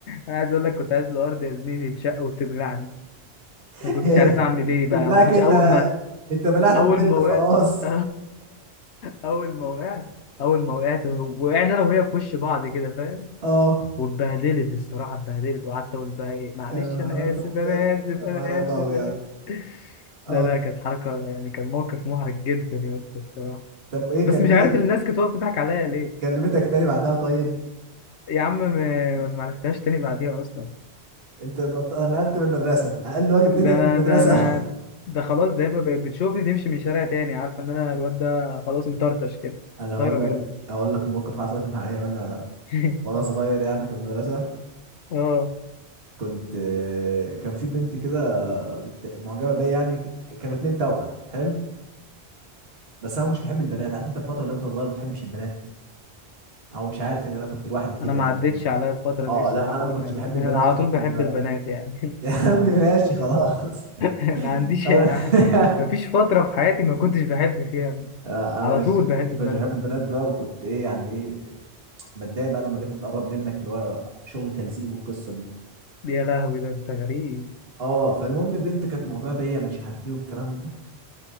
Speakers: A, on the left; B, on the right.
A: انا عايز اقول لك كنت عايز الارض يا زميلي تشق وتبلعني
B: <laughs>
A: ما كنتش عارف اعمل ايه بقى
B: تبلعك
A: ما كنتش
B: انت
A: اول ما
B: انت بلعت
A: اول
B: البت
A: ما وقعت
B: خلاص
A: <laughs> اول ما وقعت اول ما وقعت وقعنا انا وهي في وش بعض كده فاهم
B: اه
A: واتبهدلت الصراحه اتبهدلت وقعدت اقول بقى ايه معلش
B: يا نهارك
A: انا اسف
B: ابيض
A: انا اسف
B: يا
A: انا
B: نهارك
A: اسف
B: ابيض
A: انا آسف. <laughs>
B: اه
A: لا لا كانت حركه يعني كان موقف محرج جدا يا اسطى الصراحه
B: طب ايه
A: بس
B: كلمتك
A: مش عارف الناس كانت واقفه تضحك عليا ليه
B: كلمتك تاني بعدها طيب
A: يا عم ما انا ما عرفتهاش تاني بعديها اصلا
B: انت بط- نقلت من المدرسه اقل واجب
A: ده
B: تنقل
A: انا
B: من المدرسه
A: ده انا ده خلاص ده بقى بقت بتشوفني تمشي من الشارع تاني عارفه ان انا الواد ده خلاص مطرطش كده
B: <laughs> انا
A: طايره
B: اقول
A: مني
B: لك اقول لك موقف حصل معايا وانا
A: <laughs>
B: وانا صغير يعني في المدرسه
A: اه
B: كنت كان في بنت كده بت- معجبه بيا يعني ك- كانوا اتنين توأم حلو بس انا مش بحب البنات عارف انت الفتره اللي انت صغير ما بتحبش البنات او مش عارف ان انا كنت لوحدي كده
A: انا ما
B: يعني
A: عدتش عليا الفتره
B: اه
A: دي الصراحه
B: لا انا ما كنتش
A: يعني
B: بحب
A: انا
B: البنات
A: على
B: خالص
A: طول بحب
B: بقى
A: البنات
B: <laughs>
A: يعني
B: يا عم
A: <laughs>
B: ماشي خلاص <laughs>
A: ما عنديش
B: انا <laughs>
A: ما فيش فتره في حياتي ما كنتش بحب فيها
B: انا
A: على
B: كنت
A: طول بحب البنات
B: كنت بحب البنات بقى وكنت ايه يعني ايه بتضايق بقى لما بنت تقرب منك اللي هو شغل تلزيق والقصه دي
A: يا لهوي ده انت غريب
B: اه فالمهم بنت كانت معجبه بيا مش عارف ايه والكلام ده